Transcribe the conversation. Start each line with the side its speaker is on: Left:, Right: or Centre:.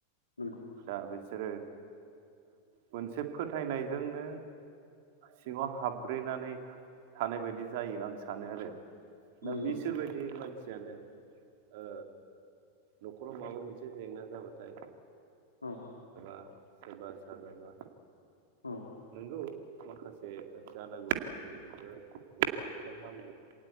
Left: नंगौ
Right: दा बे। बिसोरो मोनसे फोथायनायजोंनो सिङाव हाबब्रैनानै थानाय बायदि जायो आं सानो आरो। दा
Left: नंगौ
Right: बिसोर बायदि मान मानसियानो ओ न'खराव माबा मोनसे जेंना जाबाथाय,
Left: औ
Right: सोबा साजाबा
Left: औ
Right: नंगौ माखासे जानागुरुफोरनिजोंबो बबबा हामो